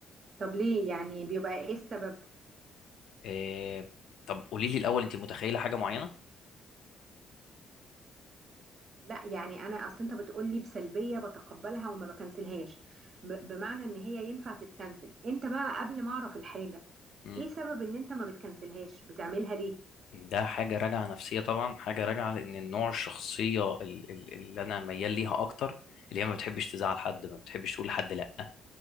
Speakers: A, on the right; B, on the left.
A: طب ليه يعني بيبقى ايه السبب
B: إيه... طب قولي لي الاول انت متخيله حاجه معينه
A: لا يعني انا اصل انت بتقول لي بسلبيه بتقبلها وما بكنسلهاش ب... بمعنى ان هي ينفع تتكنسل انت بقى قبل ما اعرف الحاجه
B: مم.
A: ايه سبب ان انت ما بتكنسلهاش بتعملها ليه
B: ده حاجه راجعه نفسيه طبعا حاجه راجعه لان النوع الشخصيه ال- ال- اللي انا ميال ليها اكتر اللي هي ما بتحبش تزعل حد ما بتحبش تقول لحد لا